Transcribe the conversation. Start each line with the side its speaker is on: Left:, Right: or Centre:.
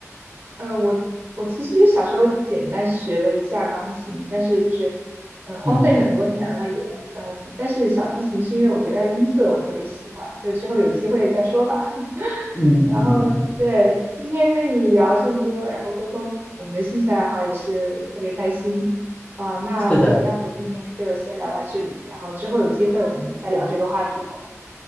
Right: 呃，我我其实就小时候简单学了一下钢琴，但是就是呃荒废很多年了也，
Left: 嗯
Right: 呃，但是小提琴是因为我觉得音色我特别喜欢，就之后有机会再说吧。<laughs>
Left: 嗯嗯嗯，
Right: 然后对，今天跟你聊这么多，然后沟通我们的兴趣爱好也是特别开心啊，那我们要不今天就先聊到这里，
Left: 是的，
Right: 然后之后有机会我们再聊这个话题好吗？